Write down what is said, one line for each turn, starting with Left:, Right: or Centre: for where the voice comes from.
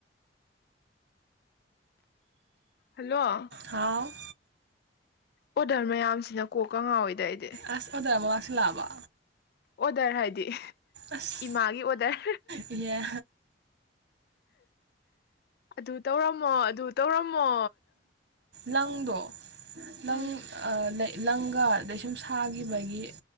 Left: ꯍꯜꯂꯣ꯫
Right: ꯍꯥꯎ꯫
Left: ꯑꯣꯗꯔ ꯃꯌꯥꯝꯁꯤꯅ ꯀꯣꯛ ꯀ ꯉꯥꯎꯋꯏꯗ ꯑꯩꯗꯤ꯫
Right: ꯑꯁ ꯑꯣꯗꯔ ꯑꯃꯨꯛ ꯂꯥꯛꯁꯤꯟꯂꯛ ꯑꯕꯣ꯫
Left: ꯑꯣꯗꯔ ꯍꯥꯏꯗꯤ
Right: ꯑꯁ
Left: ꯏꯃꯥꯒꯤ ꯑꯣꯗꯔ꯫
Right: ꯏꯍꯦ꯫
Left: ꯑꯗꯨ ꯇꯧꯔꯝꯃꯣ ꯑꯗꯨ ꯇꯧꯔꯝꯃꯣ꯫
Right: ꯂꯪꯗꯣ
Left: ꯎꯝ
Right: ꯂꯪ ꯑꯥ ꯂꯩ꯫ ꯂꯪꯒ ꯑꯗꯩ ꯁꯨꯝ ꯁꯥꯈꯤꯕꯒꯤ